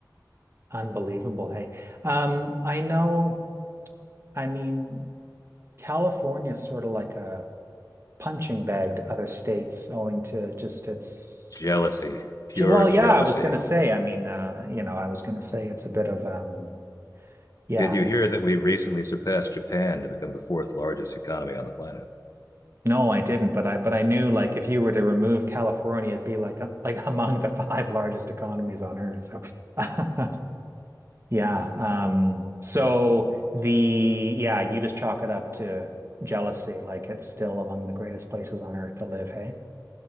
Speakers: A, on the right; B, on the left.
A: unbelievable. Hey, um, I know, I mean, California is sort of like a punching bag to other states owing to just its
B: Jealousy, pure
A: well
B: jealousy.
A: yeah I was gonna say I mean uh you know I was gonna say it's a bit of um yeah
B: Did you
A: it's
B: hear that we recently surpassed Japan to become the fourth largest economy on the planet?
A: no I didn't but I but I knew like if you were to remove California it'd be like uh, like <laughs> among the five largest economies on earth so <laughs> yeah um so the yeah you just chalk it up to jealousy like it's still among the greatest places on earth to live hey